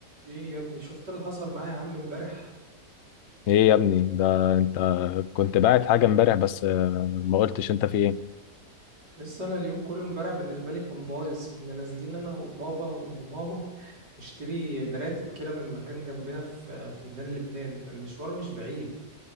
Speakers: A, on the right; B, on the left.
A: ايه يا ابني شفت اللي حصل معايا يا عم امبارح
B: ايه يا ابني ده انت كنت باعت حاجة امبارح بس آه، ما قلتش انت في ايه
A: لسه انا اليوم كله امبارح بالنسبه لي كان بايظ كنا نازلين انا وبابا وماما نشتري مراتب كده من مكان جنبنا في في ميدان لبنان المشوار مش بعيد